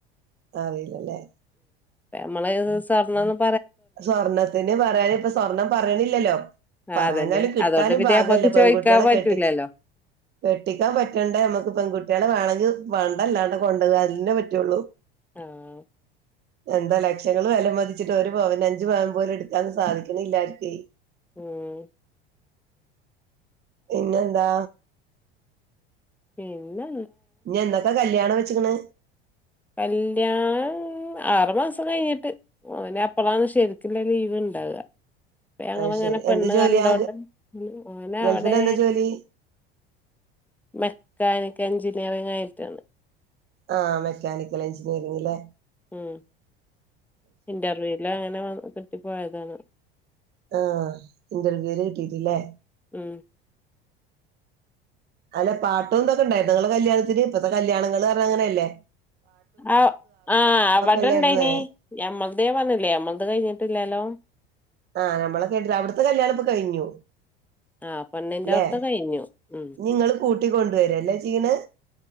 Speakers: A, on the right (about 35°); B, in the centre.
A: അറീല്ല ലേ.
B: ഞമ്മളയ്ന്ന് സ്വർണൊന്നും
A: സ്വർണത്തിന് പറയാന് ഇപ്പം സ്വർണം പറിണ്ല്ലലൊ ലൊ. പറ്യാഞ്ഞാല്
B: ആ അതന്നെ
A: കിട്ടാനും
B: അതുകൊണ്ട് പിന്നെ
A: പാഗല്ല
B: നമ്മക്ക്
A: പെൺകുട്ടിയേളെ
B: ചോയിക്കാൻ പറ്റൂലല്ലോ
A: കെട്ടി കെട്ടിക്കാൻ പറ്റണ്ടെ മക്ക് പെൺകുട്ടിയേളെ വേണങ്കിൽ പണ്ടല്ലാണ്ടാ കൊണ്ടോവ അ അന്നെ പറ്റൊള്ളൂ.
B: ആഹ്
A: എന്താ ലക്ഷങ്ങള് വെലമതിച്ചിട്ട് ഒരു പവന് അഞ്ചു പവൻ പോലും എടുക്കാൻന്ന് സാധിക്ക് ണ്ല്ലാര്ക്കേ
B: ഉം
A: പിന്നെന്താ?
B: പിന്ന
A: ഇഞ് എന്നക്ക കല്യാണം വെച്ച്ക്കണ്?
B: കല്യാ <unintelligible> മ്ആറുമാസം. ഓന് അപ്പളാണ് ശരിക്കില്ല ലീവ് ഇണ്ടാവാ. ഞങ്ങളിങ്ങനെ
A: അത് ശരി
B: പെണ്ണ്
A: എന്ത് ജോലിയാ
B: കണ്ടോണ്ട് ഓനെ
A: ഗൾഫിൽ
B: അവടെ
A: എന്താ ജോലി
B: മെക്കാനിക് എന്ചിനീയറിങ്ങായിട്ട്
A: ആ മെക്കാനിക്കൽ എഞ്ചിനീയറിങ് ലെ
B: ഉം ഇന്റർവ്യൂലങ്ങനെ കിട്ടിപ്പോയതാണ്
A: ആ ഇന്റർവ്യൂല് കിട്ടിട്ട്ല്ലേ
B: ഉം
A: അല്ല പാട്ടും തൊക്കെണ്ടായിര്ന്നൊ ങ്ങളെ കല്യാണത്തിന് ഇപ്പത്തെ കല്യാണങ്ങള്ന്ന് പർഞ അങ്ങനല്ലേ
B: ആഹ് ആ അവടെണ്ടേയ്നി
A: അല്ലായിരുന്ന്
B: ഞമ്മള്ത് ഞാൻ പർഞ്ഞില്ലേ ഞമ്മളത് കയ്ഞ്ട്ട്ല്ലല്ലോ
A: ആഹ് നമ്മളെ കെട്ടി അവ്ട്ത്തെ കല്യാണപ്പൊ കയ്ഞ്ഞു
B: ആ പെണ്ണിന്റെ
A: ല്ലെ
B: അവിടുത്തെ കഴിഞ്ഞു ഉം
A: ഇനി ങ്ങള് കൂട്ടിക്കൊണ്ടോരല്ലേ ചെയ്യ്ണത്